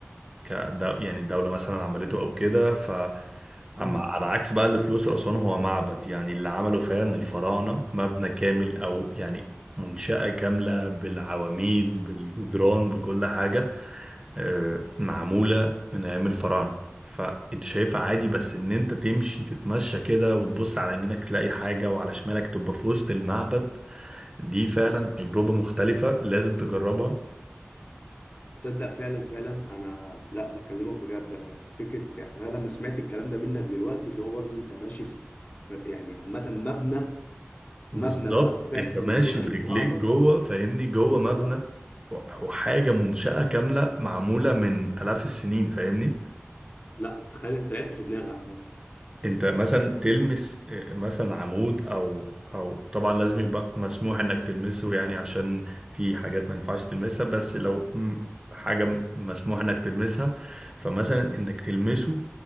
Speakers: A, on the right (about 15°); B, on the left (about 40°).
A: ك يعني الدولة مثلا عملته أو كده ف اما
B: مم.
A: على عكس بقى اللي في الاقصر واسوان هو معبد يعني اللي عمله فعلا الفراعنه مبنى كامل او يعني منشأة كاملة بالعواميد بالجدران بكل حاجة آه، معمولة من أيام الفراعنة فأنت شايفها عادي بس إن أنت تمشي تتمشى كده وتبص على يمينك تلاقي حاجة وعلى شمالك تبقى في وسط المعبد دي فعلا
B: تصدق
A: تجربة مختلفة لازم تجربها
B: تصدق فعلا فعلا انا لا بكلمك بجد انا فكره يعني انا لما سمعت الكلام ده منك دلوقتي اللي هو برضو انت ماشي في في- يعني عامه مبنى
A: بالظبط
B: مبنى بقى فعلا
A: انت ماشي
B: من صنع
A: برجليك
B: الفراعنه
A: جوه فاهمني جوه مبنى
B: بالظبط
A: وحاجة منشأة كاملة معمولة من آلاف السنين فاهمني
B: لا تخيل انت لعبت في دماغي عامه
A: انت مثلا تلمس اه، مثلا عمود او او طبعا لازم يبقى مسموح انك تلمسه يعني عشان في حاجات ما ينفعش تلمسها بس لو م- حاجة م- مسموح انك تلمسها فمثلا انك تلمسه